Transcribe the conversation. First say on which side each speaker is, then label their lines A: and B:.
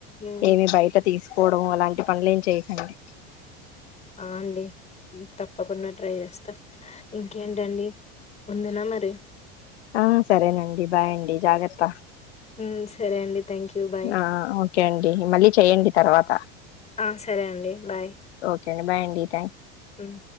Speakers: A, on the left (about 20°); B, on the left (about 85°).
A: మ్మ్
B: ఏమి బయట తీసుకోవడం అలాంటి పనులు ఏం చేయకండి
A: అ అండి తప్పకుండా ట్రై చేస్తా ఇంకేంటండి ఉండనా మరి
B: ఆ సరేనండి బాయ్ అండి జాగ్రత్త
A: మ్మ్ సరే అండి థ్యాంక్ యూ బాయ్
B: ఆ ఓకే అండి మళ్ళీ చెయ్యండి తర్వాత
A: ఆ సరే అండి బాయ్
B: కే అండి బాయ్ అండి త్యాం
A: మ్మ్